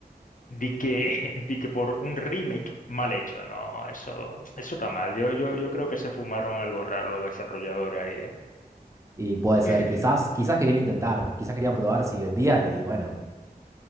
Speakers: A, on the left; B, on the right.
A: di que, <laughs> di que por un remake mal hecho? No, eso, eso está mal. Yo, yo, yo creo que se fumaron algo raro los desarrolladores ahí, ¿eh?
B: Y puede ser,
A: <laughs>
B: quizás, quizás querían intentar, quizás querían probar si vendían y bueno,